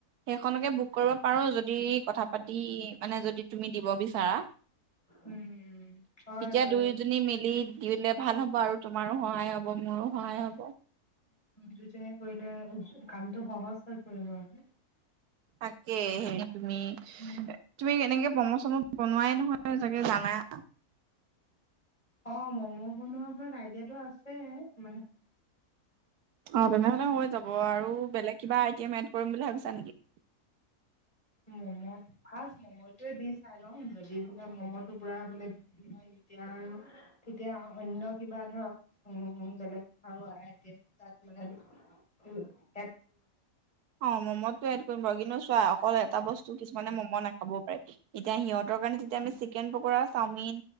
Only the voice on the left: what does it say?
উম হয়
বাৰু
দুইজনে কৰিলে কামটো সহজ হৈ পৰিব, আৰু
উম
অ, ম'ম' বনোৱাৰ ওপৰত আইডিয়াটো আছে। মানে,
মম', ফাৰ্ষ্ট ম'ম'টোৱে দি চাই লওঁ। যদি বোলে ম'ম'টো পুৰা বো বিক্ৰী হয়, তেতিয়া আৰু তেতিয়া অন্য কিবা ধৰক উ বেলেগ আইটেম তাত মে